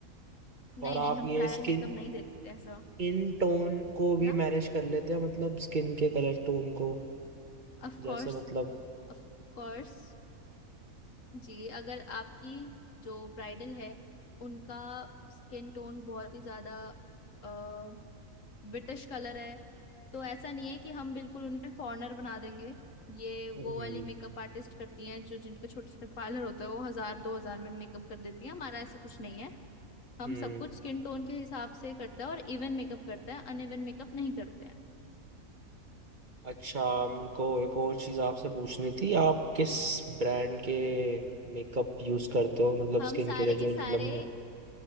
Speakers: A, on the left (about 65°); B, on the right (about 35°).
A: नहीं
B: और आप
A: नहीं हम
B: ये
A: ट्रायल
B: स्किन
A: मेकअप नहीं देते हैं सर
B: इन टोन को भी
A: क्या
B: मैनेज कर लेते हैं मतलब स्किन के कलर टोन को
A: Of
B: जैसे
A: course
B: मतलब
A: ऑफ कोर्स जी अगर आपकी जो ब्राइडल है उनका स्किन टोन बहुत ही ज्यादा ब्रिटिश कलर है तो ऐसा नहीं है कि हम बिल्कुल उन्हें फॉरेनर बना देंगे ये वो
B: हम्म
A: वाली मेकअप आर्टिस्ट करती हैं जो जिनके छोटे छोटे पार्लर होते हैं वो हजार दो हजार में मेकअप कर देती हैं हमारा ऐसा कुछ नहीं है हम
B: हम्म
A: सब कुछ स्किन टोन के हिसाब से करते हैं और इवन मेकअप करते हैं अनइवन मेकअप नहीं करते हैं
B: अच्छा मेरे को एक और चीज आपसे पूछनी थी आप किस ब्रांड के मेकअप यूज करते हो मतलब
A: हम
B: स्किन
A: सारे
B: के लिए
A: के
B: जो
A: सारे
B: लंबे